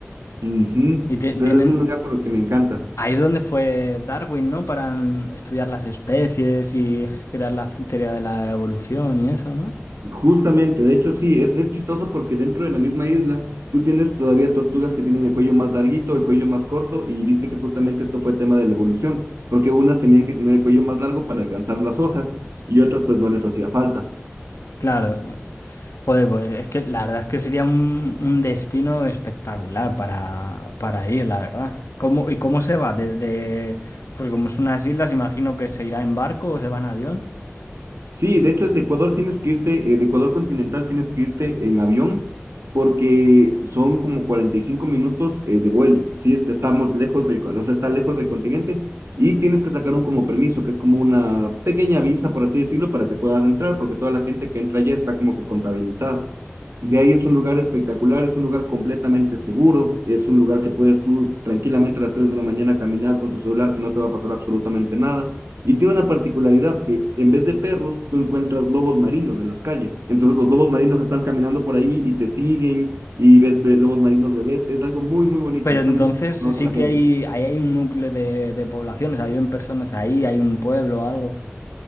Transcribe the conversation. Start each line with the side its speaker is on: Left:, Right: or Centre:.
Right: Ujú.
Left: Y te- tienen...
Right: Entonces es un lugar por el que me encanta.
Left: Ahí es donde fue Darwin, ¿no? Para mm, estudiar las especies y crear la f- teoría de la evolución y eso, ¿no?
Right: Justamente, de hecho sí, es, es chistoso porque dentro de la misma isla tú tienes todavía tortugas que tienen el cuello más larguito, el cuello más corto y dice que justamente esto fue tema de la evolución, porque unas tenían que tener el cuello más largo para alcanzar las hojas y otras pues no les hacía falta.
Left: Claro, Joder, pues es que la verdad es que sería un, un destino espectacular para, para ir, la verdad. ¿Cómo, y cómo se va? Desde, porque como son unas islas, imagino que se irá en barco o se va en avión.
Right: Sí, de hecho, de Ecuador tienes que irte, eh, de Ecuador continental tienes que irte en avión porque son como 45 minutos eh, de vuelo. Sí, este, estamos lejos del, con- o sea, está lejos del continente y tienes que sacar un como permiso, que es como una pequeña visa, por así decirlo, para que puedan entrar, porque toda la gente que entra allá está como que contabilizada. De ahí es un lugar espectacular, es un lugar completamente seguro, es un lugar que puedes tú tranquilamente a las 3 de la mañana caminar con tu celular, que no te va a pasar absolutamente nada. Y tiene una particularidad que en vez de perros, tú encuentras lobos marinos en las calles. Entonces los lobos marinos están caminando por ahí y te siguen y ves ve- lobos marinos de vez. Es algo muy, muy bonito.
Left: Pero
Right: Están
Left: entonces
Right: muy acostumbrados
Left: sí sí
Right: a la
Left: que
Right: gente.
Left: hay, ahí hay un núcleo de, de población, o sea, viven personas ahí, hay un pueblo o algo.